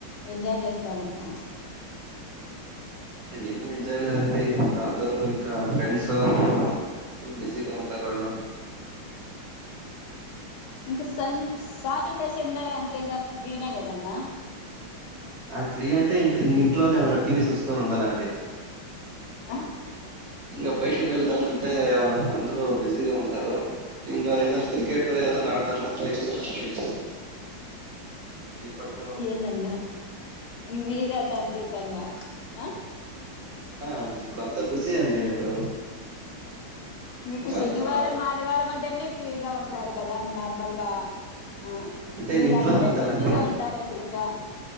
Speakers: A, on the left; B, on the right.
A: ఎంజాయ్ చేస్తారు ఇంకా
B: ఏం ఎంజాయ్ లేదండి అందరు ఇకా ఫ్రెండ్సూ ఫుల్ బిజీగా ఉంటారు వాళ్ళు
A: ఇంక సండ్ సాటర్డే సండే అంటే ఇంకా ఫ్రీనే కదన్న
B: అ ఫ్రీ అంటే ఇ ఇ ఇంట్లోనే టీవీ సూస్కొని ఉండాలంటె
A: ఆ
B: ఇంగ బయటక్ వెళ్దాం అంటే అందరు బిజీగా ఉంటారు ఇంగ ఏదన్న క్రికెట్ ఏదనా ఆడదమంటే ఇ ఇప్పట్
A: ఎందన్నా మీరే అట అంటే ఎట్ టన్నా ఆ
B: ఆ ఇప్పుడు అంతా బిజీ అండి ఇప్పుడు
A: మీకు శనివారం
B: అంతా
A: ఆదివారం అంటేనే ఫ్రీగా ఉంటారు గదా నార్మల్గా ఆ
B: అంటే ఇంక
A: మీరు
B: ఇంట్లోనే
A: అప్పుడే
B: ఉండాలండి
A: బిజీగా ఉంటారంట ఇంకా